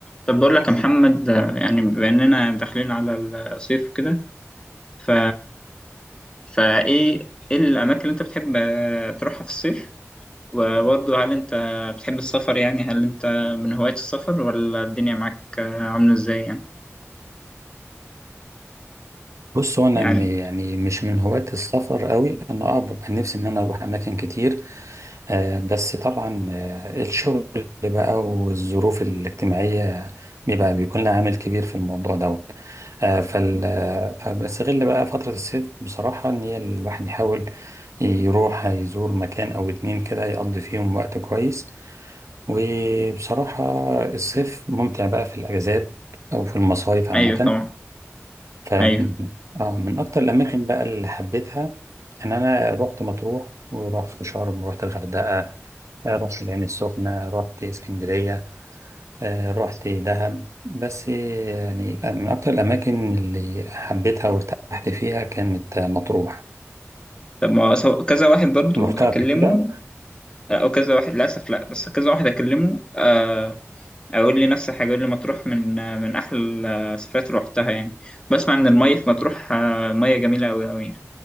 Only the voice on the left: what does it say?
طب بقول لك يا محمد آه، يعني بما اننا داخلين على الصيف وكده ف فايه ايه الاماكن اللي انت بتحب آه، تروحها في الصيف وبرضه هل انت بتحب السفر يعني هل انت من هواية السفر ولا الدنيا معاك آه، عاملة ازاي يعني
يعني
ايوه طبعا
ايوه
طب ما هو سو- كذا واحد برضه
اكلمه
او كذا واحد للاسف لا بس كذا واحد اكلمه آه، اقول لي نفس الحاجه اقول لي مطروح من من احلى السفرات اللي روحتها يعني بسمع ان الميه في مطروح آه، ميه جميله قوي قوي